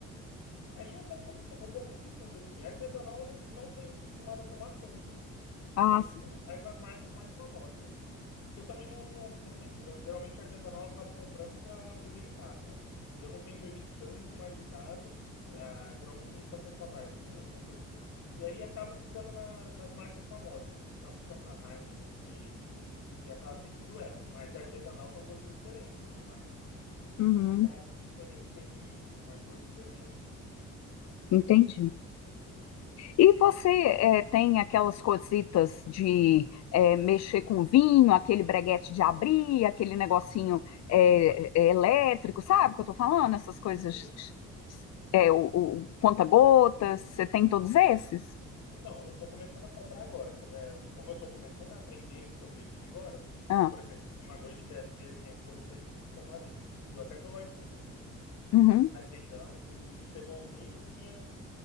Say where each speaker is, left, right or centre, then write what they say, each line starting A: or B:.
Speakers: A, on the left; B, on the left.
A: Aí eu tomo um, po- um pouquinho de tudo, assim. Artesanal eu não, não tenho costumado a tomar tanto, assim.
B: Ah,
A: Eu tenho
B: sim.
A: ficado mais nas marcas mais famosas, assim. Que eu também não, não, não tenho. Eu, geralmente artesanal eu acabo comprando pra beber em casa, né? E eu não tenho bebido tanto mais em casa. Ah, geralmente a gente tá saindo pra barzinho, alguma coisa assim. E aí acaba ficando na, nas marcas famosas mesmo. Acaba ficando na Heineken ali e acaba pedindo ela. Mas artesanal tem um gostinho diferente, né? É Mais
B: Uhum,
A: um carinho diferente ali, um amargor diferente que
B: entendi.
A: é muito bem, às vezes.
B: E você eh, tem aquelas cositas de eh, mexer com vinho, aquele breguete de abrir, aquele negocinho eh, eh, elétrico, sabe o que eu tô falando? Essas coisas,
A: Sim, sim.
B: eh, o, o conta-gotas, você tem todos esses?
A: Então, eu estou começando a comprar agora. Co- é, como eu estou começando a aprender sobre vinho agora,
B: Ah,
A: então, por exemplo, uma noite que, a- que eu e minha esposa foi tomar vinho, a gente pediu até pelo iFood o vinho.
B: uhum.
A: Aí pegamos, pedimos, chegou o vinho, e não tinha